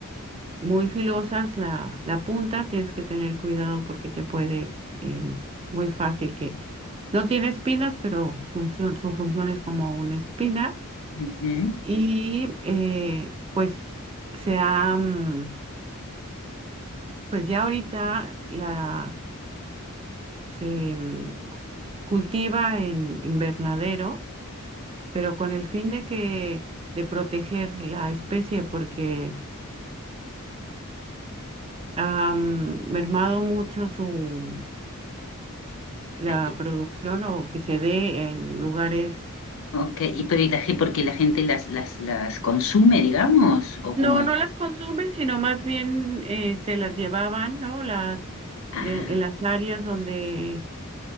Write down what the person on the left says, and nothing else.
ujú.
Eh, eh,
Ok, y, pero ¿y la, gen- porque la gente las, las, las consume, digamos? ¿O
cómo es?
Ah,